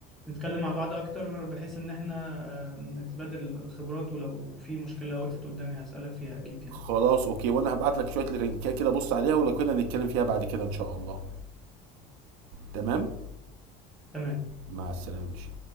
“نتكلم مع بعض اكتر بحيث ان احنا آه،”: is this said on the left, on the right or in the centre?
Centre